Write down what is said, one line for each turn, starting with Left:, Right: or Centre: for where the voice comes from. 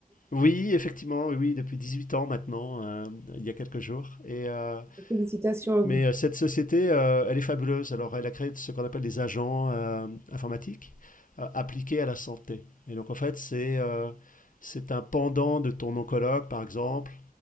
Left: Oui, effectivement, oui, oui, depuis huit ans maintenant, euh, il y a quelques jours. Et, euh,
Right: Félicitations à vous.
Left: mais euh, cette société, euh, elle est fabuleuse. Alors, elle a créé ce qu'on appelle des agents euh, informatiques euh, appliqués à la santé. Et donc, en fait, c'est euh, c'est un pendant de ton oncologue, par exemple,